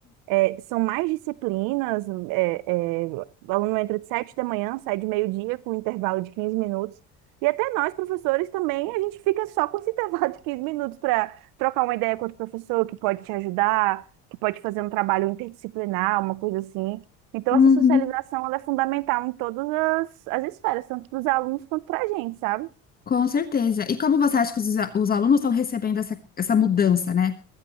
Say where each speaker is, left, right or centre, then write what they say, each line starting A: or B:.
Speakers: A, on the right; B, on the left.
A: É, são mais disciplinas, é, é, o aluno entra de sete da manhã, sai de meio-dia com um intervalo de 15 minutos. E até nós, professores, também, a gente fica só com esse <laughs> intervalo de 15 minutos para trocar uma ideia com outro professor que pode te ajudar, que pode fazer um trabalho interdisciplinar, uma coisa assim. Então,
B: Uhum.
A: essa socialização ela é fundamental em todas as, as esferas, tanto para os alunos quanto para a gente, sabe?
B: Com certeza. E como você acha que os, a- os alunos estão recebendo essa, essa mudança, né?